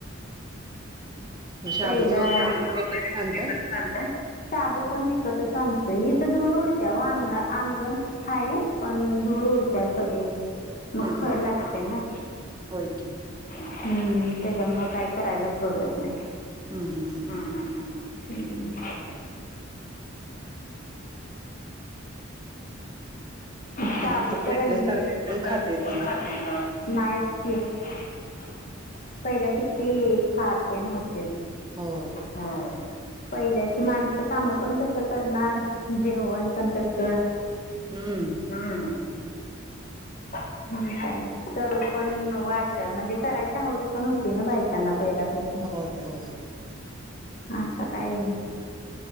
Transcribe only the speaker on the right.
मग शाबूच
वगैरे
पण विकत आणताय
हा
होय की
हं हं हं
हं
आणि आता पहिल्यासारखं
कोण खातंय तवा
ह <unintelligible>
हो
हम्म
होय होय